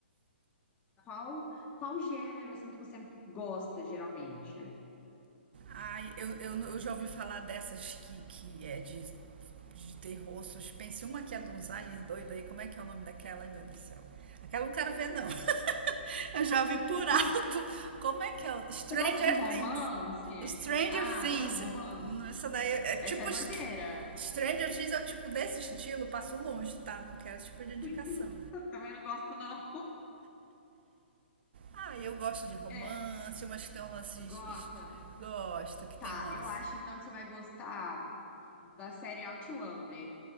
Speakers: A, on the left (about 20°); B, on the right (about 60°).
A: Qual, qual gênero, assim, que você gosta, geralmente? <laughs>
B: Ai, eu, eu, eu já ouvi falar dessas que, que é de, de terror, suspense. Uma que é dos aliens doido aí, como é que é o nome daquela? Ai, meu Deus do céu. Aquela eu não quero ver, não. <laughs> Eu já ouvi por
A: Ah,
B: alto. Como é que é? o- Stranger
A: Você gosta de romance?
B: Things. Stranger
A: Ah,
B: Things.
A: você gosta de romance?
B: Essa daí é é tipo.
A: Essa é doideira.
B: Stranger Things é o tipo desse estilo, passo longe, tá? Não quero esse tipo de indicação.
A: <laughs> Também não gosto, não.
B: Ah, eu gosto de romance,
A: É,
B: umas que tem um lance.
A: gosta.
B: es- es- Gosto, que tem
A: Tá,
B: umas
A: eu acho então que você vai gostar da série Outlander.